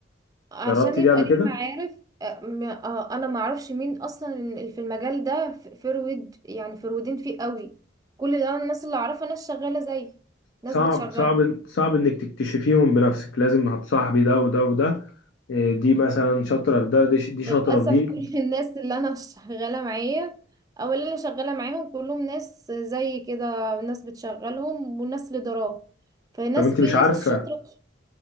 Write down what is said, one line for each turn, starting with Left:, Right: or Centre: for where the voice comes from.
Right: عشان
Left: جربتي
Right: يبقى
Left: دي قبل
Right: ليه
Left: كده
Right: معارف آه، ما- آه، انا ما اعرفش مين اصلا اللي في المجال ده ف- فرود يعني فرودين فيه قوي كل ده أنا الناس اللي اعرفها ناس شغاله زي ناس
Left: صعب
Right: بتشغله
Left: صعب صعب انك تكتشفيهم بنفسك لازم هتصاحبي ده وده وده إيه، دي مثلا شاطره في ده دي ش- دي شاطره
Right: للاسف
Left: في دي
Right: <laughs> كل الناس اللي انا شغاله معايا او اللي انا شغاله معاهم كلهم ناس زي كده ناس بتشغلهم وناس ليدرات فناس
Left: طب انت
Right: في
Left: مش
Right: ناس
Left: عارفه
Right: شاطره